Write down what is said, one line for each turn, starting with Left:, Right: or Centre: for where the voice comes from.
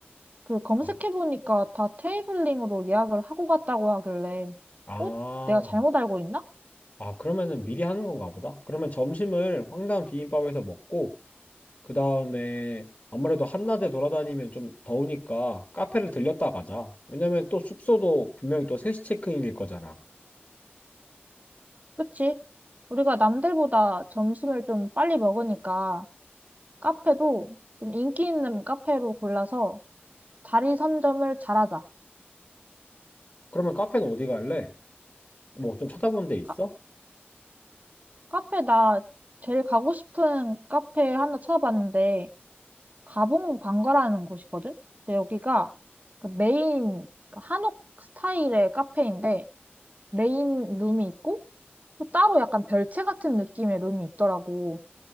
Right: 그 검색해보니까
Left: 아,
Right: 다 테이블링으로 예약을 하고 갔다고 하길래,
Left: 아,
Right: 어? 내가 잘못 알고 있나?
Left: 아, 그러면은 미리 하는 건가 보다. 그러면 점심을 황당 비빔밥에서 먹고, 그 다음에 아무래도 한낮에 돌아다니면 좀 더우니까 카페를 들렸다 가자. 왜냐면 또 숙소도 분명히 또 3시 체크인일 거잖아.
Right: 그치? 우리가 남들보다 점심을 좀 빨리 먹으니까 카페도 좀 인기 있는 카페로 골라서 자리 선점을 잘하자.
Left: 그러면 카페는 어디 갈래? 뭐 좀 찾아본 데 있어?
Right: 카, 카페 나 제일 가고 싶은 카페 하나 찾아봤는데, 가봉 방가라는 곳이거든? 근데 여기가 그 메인 그 한옥 스타일의 카페인데 메인 룸이 있고 또 따로 약간 별채 같은 느낌의 룸이 있더라고.